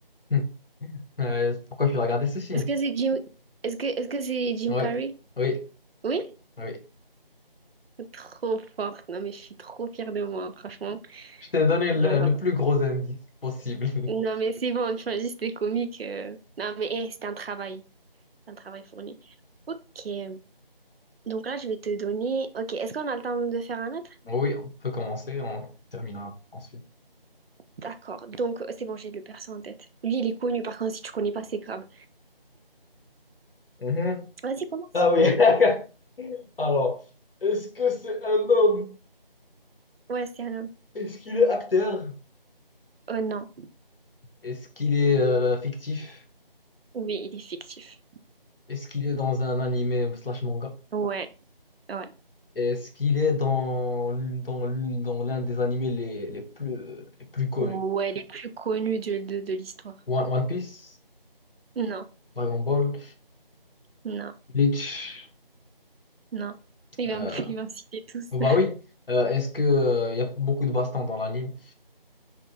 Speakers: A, on the left; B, on the right.
A: Hum. Euh, pourquoi tu as regardé ce film?
B: Est-ce que c'est Jim... Est-ce que est-ce que c'est Jim
A: Oui,
B: Carrey?
A: oui,
B: Oui?
A: oui.
B: Trop forte. Non, mais je suis trop fière de moi, franchement.
A: Je t'ai donné
B: C'est
A: le,
B: vraiment pas
A: le
B: mal.
A: plus gros indice possible. <laughs>
B: Non, mais c'est bon, tu m'as dit c'était comique. euh. Non, mais eh, c'était un travail. C'est un travail fourni. Ok. Donc là, je vais te donner... Ok, est-ce qu'on a le temps de faire un autre?
A: Oui, on peut commencer, on terminera ensuite.
B: D'accord. Donc, c'est bon, j'ai le perso en tête. Lui, il est connu. Par contre, si tu connais pas, c'est grave.
A: Mhm.
B: Vas-y, commence.
A: Ah oui. <laughs> Alors, est-ce que c'est un homme?
B: Ouais, c'est un homme.
A: Est-ce qu'il est acteur?
B: Oh non.
A: Est-ce qu'il est euh, fictif?
B: Oui, il est fictif.
A: Est-ce qu'il est dans un animé slash manga?
B: Ouais, ouais.
A: Est-ce qu'il est dans, dans, dans l'un des animés les, les plus, les plus connus?
B: Ouais, les plus connus de, de, de l'histoire.
A: One, One Piece,
B: Non,
A: Dragon Ball,
B: non.
A: Bleach.
B: Non. Il
A: euh,
B: va me, <laughs> il va me citer tous.
A: bah oui. Euh, est-ce que, euh, il y a beaucoup de Baston dans l'anime?